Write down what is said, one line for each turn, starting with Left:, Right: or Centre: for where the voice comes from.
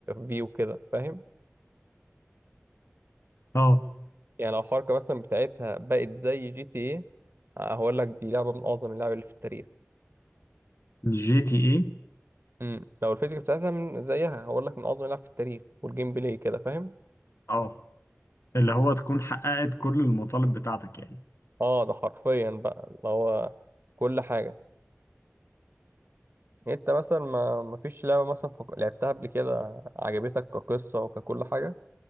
Right: في وكده فاهم
Left: اه
Right: يعني لو الحركه مثلا بتاعتها بقت زي جي تي اي هقول لك دي لعبه من اعظم اللعب اللي في التاريخ
Left: جي تي ايه
Right: امم لو الفيزيكا بتاعتها من زيها هقول لك من اعظم اللاعب في التاريخ والجيم بلاي كده فاهم
Left: اه اللي هو تكون حققت كل المطالب بتاعتك يعني
Right: اه ده حرفيا بقى اللي هو كل حاجه انت مثلا ما ما فيش لعبه مثلا فك... لعبتها قبل كده عجبتك كقصه وككل حاجه